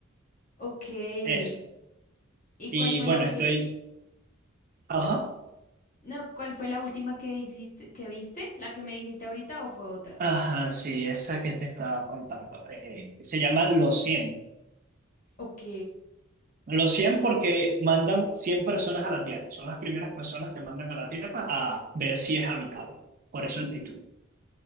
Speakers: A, on the left; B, on the right.
A: Ok. ¿Y
B: Eso. Y
A: cuál fue la
B: bueno,
A: última?
B: estoy... Ajá.
A: No, ¿cuál fue la última que hiciste, que viste? ¿La que me dijiste ahorita o fue otra?
B: Ajá, sí, esa que te estaba contando. Eh, se llama Los cien,
A: Ok.
B: Los cien porque mandan cien personas a la Tierra. Son las primeras personas que mandan a la Tierra a ver si es habitable. Por eso
A: Sí.
B: el título.